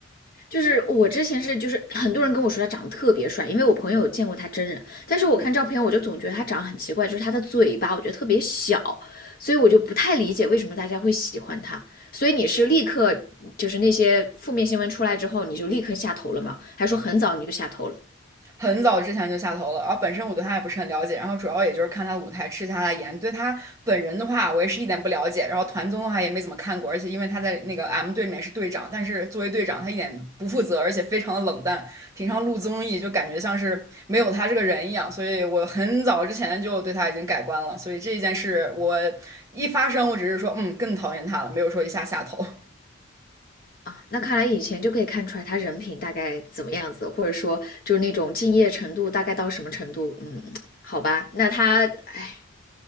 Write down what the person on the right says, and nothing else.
很早之前就下头了，然后本身我对他也不是很了解，然后主要也就是看他的舞台吃一下他的颜，对他本人的话我也是一点不了解，然后团综的话也没怎么看过，而且因为他在那个 M 队里面是队长，但是作为队长他一点不负责，而且非常的冷淡，平常录综艺就感觉像是没有他这个人一样，所以我很早之前就对他已经改观了，所以这一件事我一发生我只是说嗯更讨厌他了，没有说一下下头。